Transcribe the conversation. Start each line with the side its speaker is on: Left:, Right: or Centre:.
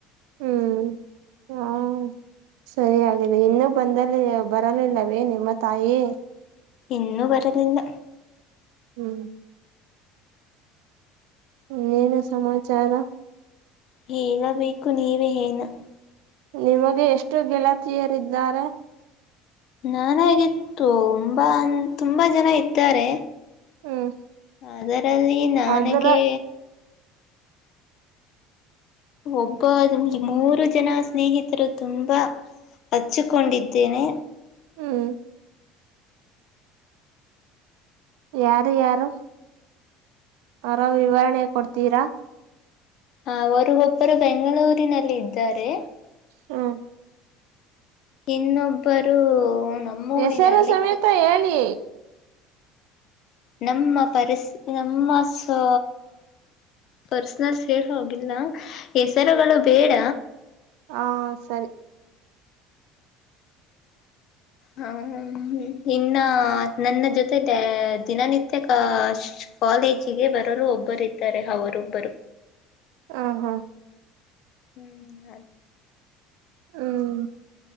Right: ಹ್ಮ್ ಹಾ ಸರಿ ಆಗಿದೆ ಇನ್ನು ಬಂದಲ್ಲಿ ಬರಲಿಲ್ಲವೇ ನಿಮ್ಮ ತಾಯಿ
Left: ಇನ್ನೂ ಬರಲಿಲ್ಲ
Right: ಹ್ಮ್ಮ್ ಹ್ಮ ಏನು ಸಮಾಚಾರ
Left: ಹೇಳ ಬೇಕು ನೀವೇ ಏನು
Right: ನಿಮಗೆ ಎಷ್ಟು ಗೆಳತಿಯರಿದ್ದಾರೆ
Left: ನಾನಾಗಿತ್ತು ತುಂಬಾ ಅ ತುಂಬಾ ಜನ ಇದ್ದಾರೆ
Right: ಹ್ಮ್
Left: ಅದರಲ್ಲಿ ನನಗೆ
Right: ಅದರ
Left: ಒಬ್ಬ ಈ ಮೂರು ಜನ ಸ್ನೇಹಿತರು ತುಂಬಾ ಹಚ್ಚಿಕೊಂಡಿದ್ದೇನೇ
Right: ಹ್ಮ್ ಯಾರು ಯಾರು ಆರ ವಿವರಣೆ ಕೊಡ್ತೀರಾ
Left: ಅವರು ಒಬ್ಬರು ಬೆಂಗಳೂರಿನಲ್ಲಿ ಇದ್ದಾರೆ
Right: ಹ್ಮ್
Left: ಇನ್ನೊಬ್ಬರು ನಮ್ಮೂರಿನಲ್ಲಿ
Right: ಹೆಸರು ಸಮೇತ ಹೇಳಿ
Left: ನಮ್ಮ ಪರ್ಸ್ ನಮ್ಮ ಸ ಪರ್ಸನಲ್ ಸೇಳ್ ಹೋಗ <inaudible> ಹೆಸರುಗಳು ಬೇಡ
Right: ಹಾ ಸರಿ
Left: ಹ ಇನ್ನ ನನ್ನ ಜೊತೆ ದಿನನಿತ್ಯ ಕಷ್ಟ ಕಾಲೇಜಿಗೆ ಬರಲು ಒಬ್ಬರ್ದಾರೆ ಅವರೊಬ್ಬರು
Right: ಹ ಹಾ
Left: ಹ್ಮ್ ಅ
Right: ಹ್ಮ